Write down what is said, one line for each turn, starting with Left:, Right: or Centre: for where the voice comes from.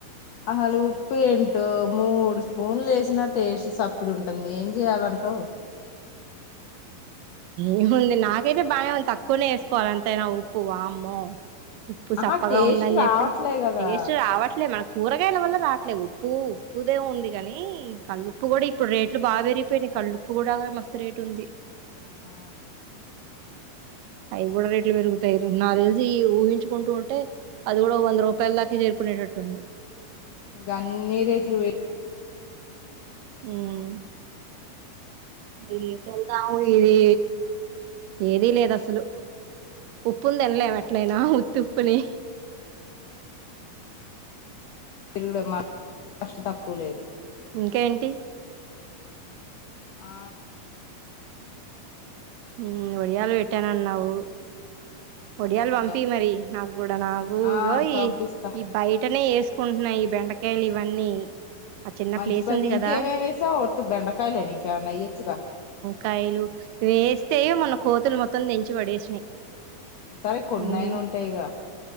Left: అసలు ఉప్పు ఏంటో మూడు స్పూన్లు వేసినా టేస్ట్ సప్పిడి ఉంటుంది ఏం చెయాలంటావ్
Right: ఏముంది నాకైతే బానే ఉంది తక్కువనే వేసుకోవాలి ఎంతయినా ఉప్పు వామ్మో ఉప్పు
Left: ఆహా
Right: సప్పగా
Left: టేస్ట్
Right: ఉందని
Left: రావట్లే
Right: చెప్పి
Left: కదా
Right: టేస్ట్ రావట్లే మకు కూరగాయల వల్ల రాట్లే ఉప్పు ఉప్పుదేముంది కానీ కళ్లుుప్పు కూడా ఇప్పుడు రేట్లు బా పెరిగిపోయినాయి కళ్ళు ఉప్పు కూడా మస్తు రేట్ ఉంది
Left: ఆ
Right: అయి కూడా రేట్లు పెరుగుతాయి నాకు తెలిసి ఊహించుకుంటూ ఉంటే అది కూడా వంద రూపాయల దాకా చేరుకునేటట్టు ఉంది
Left: ఇక అన్నీ రేట్లు వే
Right: హమ్ ఇది తిందాము ఇది ఏదీ లేదు అసలు ఉప్పుని తినలేము ఎట్లయినా ఉత్తి ఉప్పుని
Left: మీరు కూడా కాస్ట్ తక్కువ లేదు
Right: ఇంకేంటి
Left: ఆ
Right: హమ్ ఒడియాలు పెట్టానన్నావు ఒడియాలు
Left: అమ్మో
Right: పంపి మరి నాకు కూడా నాకు
Left: ఆ
Right: ఇగో
Left: పంపిస్తా
Right: ఈ ఈ బయటనే వేసు కుంటున్నాయ్ ఈ బెండకాయలు ఇవన్నీ ఆ చిన్న
Left: మంచి
Right: ప్లేస్
Left: పని
Right: ఉంది
Left: ఇంకేమేమి
Right: కదా
Left: వేసావ్ ఉతి బెండకాయలేని ఇంకేమైనా వెయ్యొచ్చుగా
Right: కాయలు వేస్తే మొన్న కోతులు మొత్తం తెంచి పడేసినాయి
Left: సరే కొన్నయిన
Right: ఉమ్,
Left: ఉంటాయిగా